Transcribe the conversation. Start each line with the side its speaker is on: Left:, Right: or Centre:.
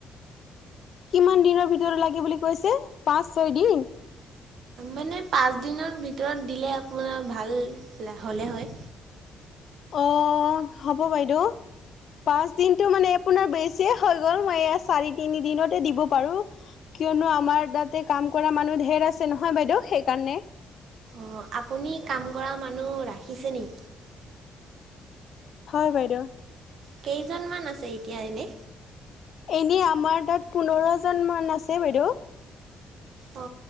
Left: কিমান দিনৰ ভিতৰত লাগে বুলি কৈছে? পাঁচ, ছয় দিন?
Right: মানে পাঁচ দিনৰ ভিতৰত দিলে আপোনাৰ ভাল হলে হয়।
Left: অ, হ'ব বাইদেউ। পাঁচ দিনটো মানে আপোনাৰ বেছিয়ে হৈ গ'ল। মই এয়া চাৰি তিনি দিনতে দিব পাৰো। কিয়নো? আমাৰ তাতে কাম কৰা মানুহ ধঢেৰ আছে নহয় বাইদেউ, সেইকাণে।
Right: অ। আপুনি কাম কৰা মানুহ ৰাখিছে নি?
Left: হয় বাইদেউ
Right: কেইজনমান আছে এতিয়া এনে?
Left: এনেই আমাৰ তাত পোন্ধৰজনমান আছে বাইদেউ।
Right: অ